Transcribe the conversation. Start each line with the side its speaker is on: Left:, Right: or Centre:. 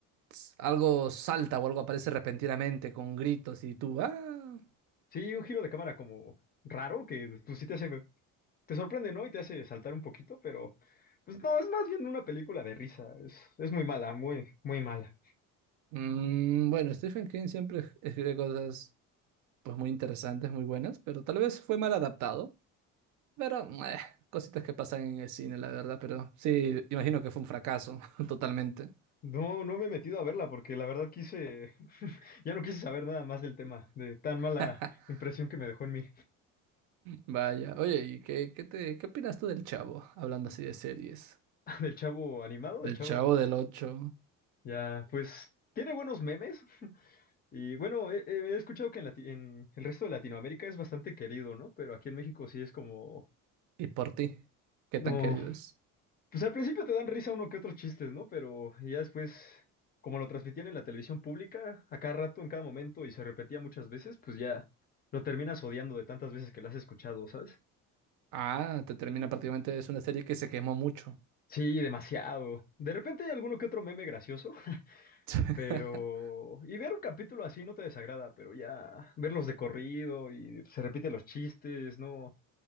Right: s- algo salta o algo aparece repentinamente con gritos y tú, ah.
Left: Sí, un giro de cámara como raro, que pues sí te hace, te sorprende, ¿no? Y te hace saltar un poquito, pero, pues no, es más bien una película de risa. Es, es muy mala, muy, muy mala.
Right: Mm, bueno, Stephen King siempre es- escribe cosas pues muy interesantes, muy buenas, pero tal vez fue mal adaptado. Pero eh, cositas que pasan en el cine, la verdad, pero sí, imagino que fue un fracaso <laughs> totalmente.
Left: No, no me he metido a verla porque la verdad quise, <laughs> ya no quise saber nada más del tema, de tan mala
Right: <laughs>
Left: impresión que me dejó en mí,
Right: Vaya, oye, ¿y qué, qué te, qué opinas tú del Chavo? Hablando así de series.
Left: <laughs> del chavo animado,
Right: Del
Left: del chavo
Right: Chavo
Left: de,
Right: del 8.
Left: ya, pues tiene buenos memes y bueno, he, he he escuchado que en, Lati- en el resto de Latinoamérica es bastante querido, ¿no? Pero aquí en México sí es como,
Right: Y por ti, ¿qué
Left: no,
Right: tan querido es?
Left: Pues al principio te dan risa uno que otros chistes, ¿no? Pero ya después, como lo transmitían en la televisión pública, a cada rato, en cada momento, y se repetía muchas veces, pues ya lo terminas odiando de tantas veces que lo has escuchado, ¿sabes?
Right: Ah, te termina prácticamente, es una serie que se quemó mucho.
Left: Sí, demasiado. De repente hay alguno que otro meme gracioso, <laughs>
Right: <laughs>
Left: pero... Y ver un capítulo así no te desagrada, pero ya verlos de corrido y se repiten los chistes, no,